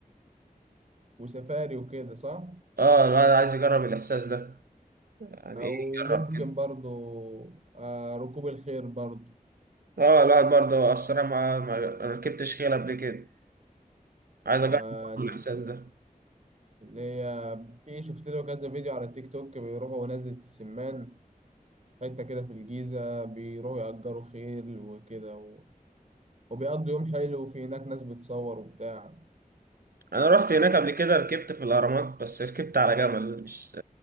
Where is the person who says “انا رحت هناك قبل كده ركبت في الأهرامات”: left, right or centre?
Right